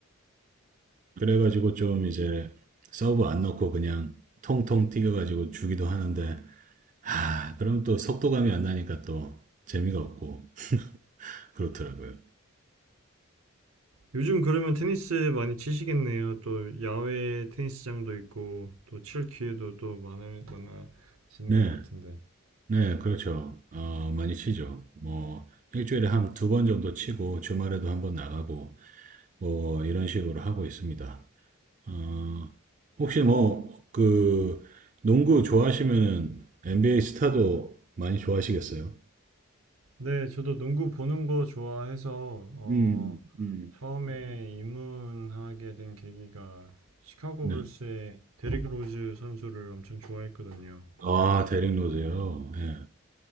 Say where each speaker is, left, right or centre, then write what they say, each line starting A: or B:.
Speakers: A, on the right; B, on the right.
A: 그래가지고 좀 이제 서브 안 넣고 그냥 통통 튀겨가지고 주기도 하는데, 아, 그럼 또 속도감이 안 나니까 또 재미가 없고, 그렇더라고요.
B: 요즘 그러면 테니스 많이 치시겠네요. 또 야외 테니스장도 있고 또 칠 기회도 또 많을, 많아지는
A: 네,
B: 것 같은데.
A: 네, 그렇죠. 어, 많이 치죠. 뭐, 일주일에 한 두 번 정도 치고, 주말에도 한번 나가고, 뭐, 이런 식으로 하고 있습니다. 어, 혹시 뭐, 그, 농구 좋아하시면은 NBA 스타도 많이 좋아하시겠어요?
B: 네, 저도 농구 보는 거 좋아해서, 어,
A: 음, 음.
B: 처음에 입문하게 된 계기가 시카고
A: 네.
B: 불스의 데릭 로즈 선수를 엄청 좋아했거든요.
A: 아 데릭 로즈요. 예.